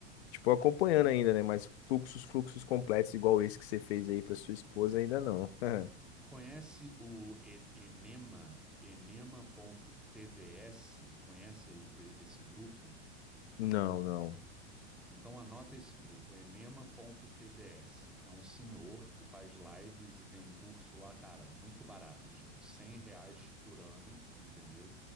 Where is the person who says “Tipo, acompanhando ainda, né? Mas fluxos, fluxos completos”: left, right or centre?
Left